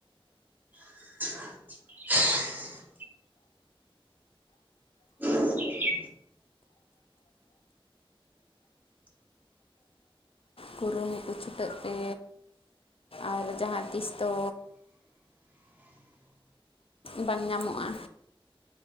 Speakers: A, on the right; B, on the left.
A: <inaudible> ᱦ <inaudible>
B: ᱠᱩᱨᱩᱢᱩᱴᱩ ᱪᱷᱩᱴᱟᱹᱜ ᱯᱮ ᱟᱨ ᱡᱟᱦᱟᱸ ᱛᱤᱥ ᱫᱚ ᱵᱟᱝ ᱧᱟᱢᱚᱜᱼᱟ